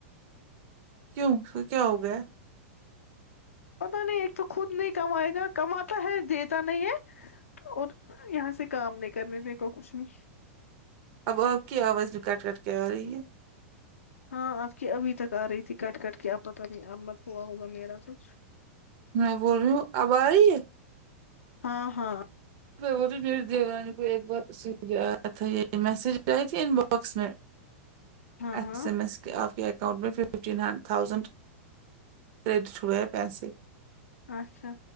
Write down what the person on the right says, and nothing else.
کیوں کیا ہو گیا
اب آپ کی آواز بھی کٹ کٹ کے آ رہی ہے
میں بول رہی ہوں اب آ رہی ہے
ب رہ میری دیورانی کو ایک بار س گیا تھا یہ میسج آئی تھی ان باکس میں
ایس
ایم ایس کے آپ کے اکاؤنٹ میں ف ففٹی ناین تھاؤزینڈ کریڈٹ ہوے ہے پیسے